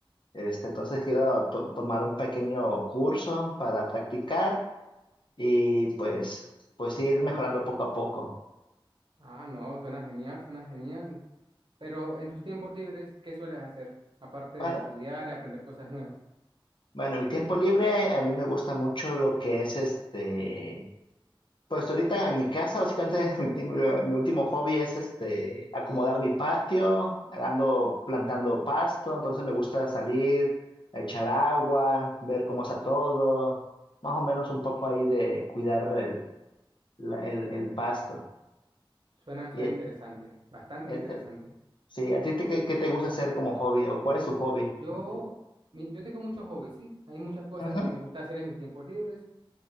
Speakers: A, on the left (about 60°); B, on the right (about 65°).
A: Este, entonces quiero to- tomar un pequeño curso para practicar y pues, pues ir mejorando poco a poco.
B: Ah, no, suena genial, suena genial. Pero en tus tiempos libres, ¿qué sueles hacer? Aparte
A: Bueno,
B: de estudiar y aprender cosas nuevas.
A: bueno, mi tiempo libre a mí me gusta mucho lo que es este Pues ahorita en mi casa, básicamente <laughs> mi, ti- mi último hobby es este acomodar mi patio, ando plantando pasto, entonces me gusta salir, echar agua, ver cómo está todo, más o menos un poco ahí de cuidar el, la- el, el pasto.
B: Suena,
A: Y,
B: suena
A: eh,
B: interesante, bastante
A: eh,
B: interesante.
A: sí, ¿a ti te- qué, qué te gusta hacer como hobby o cuál es tu hobby?
B: Yo,
A: Pu-
B: mi- yo tengo muchos hobbies, sí. Hay muchas cosas
A: Ujú.
B: que me gusta hacer en mis tiempos libres.